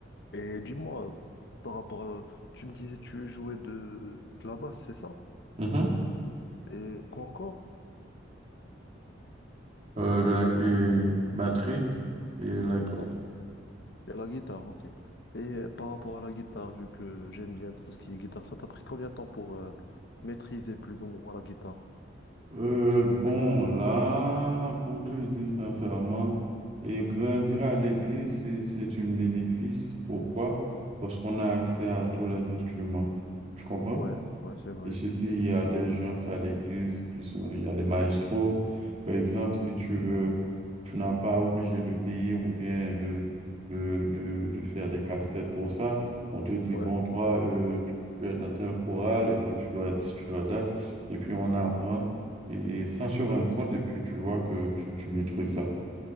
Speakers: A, on the left; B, on the right.
A: Et dis-moi, par rapport à... Tu me disais tu jouais de, de la basse, c'est ça?
B: Mhm.
A: Et quoi encore?
B: Euh, le lac et batterie et la
A: D'accord.
B: guitare.
A: Et la guitare, ok. Et par rapport à la guitare, vu que j'aime bien tout ce qui est guitare, ça t'a pris combien de temps pour euh, maîtriser plus ou moins la guitare?
B: Euh, bon, là, pour te dire sincèrement, et grandir à l'église, c'est, c'est un bénéfice. Pourquoi? Parce qu'on a accès à tous les instruments. Tu comprends?
A: Ouais, ouais, c'est vrai.
B: Et ceci il y a des gens à l'église qui sont, il y a des maestros. Par exemple, si tu veux, tu n'as pas obligé de payer ou bien de, de, de, de faire des casse-têtes pour ça. On te dit,
A: Ouais,
B: bon, toi, euh, tu es dans tel chorale et que tu dois, tu dois date. Et puis, on apprend et sans se rendre compte. Et puis, tu vois que tu, tu maîtrises ça.